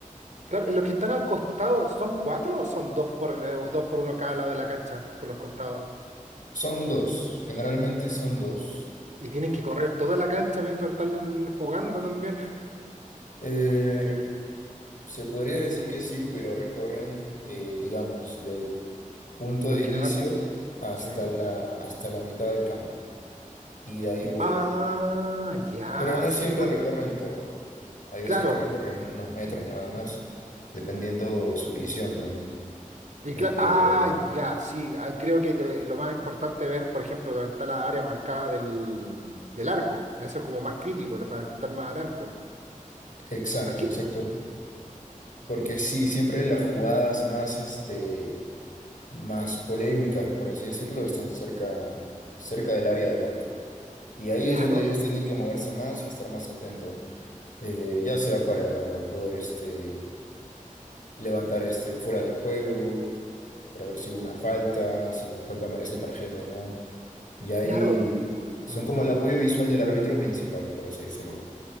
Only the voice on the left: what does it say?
Son dos, generalmente son dos.
Eh, se podría decir que sí, pero recorren, eh, digamos, del punto
de
inicio
hasta
la, hasta la mitad del campo y de ahí vuelven.
Pero no
siempre
recorren todo. Hay veces
que recorren unos metros nada más, dependiendo su visión también,
lo
que
ellos puedan ver.
Exacto,
exacto. Porque sí, siempre las jugadas más, este, más polémicas, por así decirlo, están cerca, cerca del área del arco. Y ahí
es donde ellos tienen que moverse más y estar más atentos, eh, ya sea para poder este, levantar este fuera de juego, para ver si hubo una falta, si la falta merece tarjeta o no. Y ahí
son
como el apoyo visual del árbitro principal, por así decirlo.